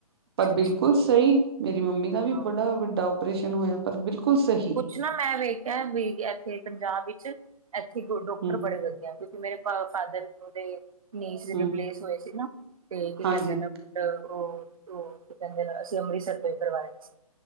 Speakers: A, on the right; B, on the right.
A: ਅੱਛਾ
B: ਪਰ ਬਿਲਕੁਲ
A: ਅੱਛਾ
B: ਸਹੀ। ਮੇਰੀ ਮੰਮੀ ਦਾ ਵੀ
A: ਹਾਂ
B: ਬੜਾ ਵੱਡਾ ਓਪਰੇਸ਼ਨ ਹੋਇਆ, ਪਰ ਬਿਲਕੁਲ ਸਹੀ।
A: ਇਕ ਨਾ ਮੈਂ ਵੇਖਿਆ ਵੀ ਇਥੇ ਪੰਜਾਬ ਵਿੱਚ, ਇਥੇ ਡੋਕਟਰ
B: ਹੂੰ
A: ਬੜੇ ਵਧੀਆ। ਮੇਰੇ ਫਾਦਰ ਨੂੰ ਦੇ ਨੀਸ
B: ਹੂੰ
A: ਰਿਪਲੇਸ ਹੋਏ ਸੀ ਨਾ ਤੇ ਕੀ
B: ਹਾਂਜੀ
A: ਕਹਿੰਦੇ ਉਹ ਓ ਕੀ ਕਹਿੰਦੇ, ਅਸੀਂ ਅੰਮ੍ਰਿਤਸਰ ਤੋਂ ਹੀ ਕਰਵਾਇਆ ਸੀ